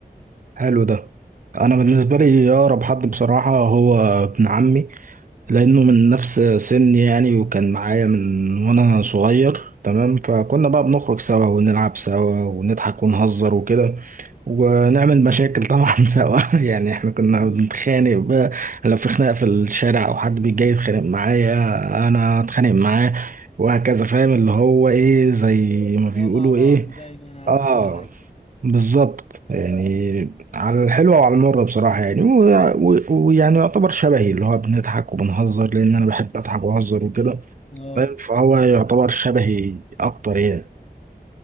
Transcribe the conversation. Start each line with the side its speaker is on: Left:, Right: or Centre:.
Right: حلو ده انا بالنسبة لي اقرب حد بصراحة هو ابن عمي لانه من نفس سني يعني وكان معايا من وانا صغير تمام فكنا بقى بنخرج سوا ونلعب سوا ونضحك ونهزر وكده ونعمل مشاكل طبعا <laughs> سوا يعني احنا كنا
Left: <laughs>
Right: بنتخانق بقى لو في خناقه في الشارع او حد بيجي يتخانق معايا انا اتخانق معاه وهكذا فاهم اللي هو ايه زي ما بيقولوا
Left: اه مع بعض
Right: ايه
Left: دايما على
Right: اه
Left: كل حاجة
Right: بالظبط يعني على الحلوة وعلى المرة بصراحة يعني و- و- ويعني يعتبر شبهي اللي هو بنضحك وبنهزر لأن أنا بحب أضحك وأهزر وكده
Left: اه
Right: فاهم فهو يعتبر شبهي أكتر يعني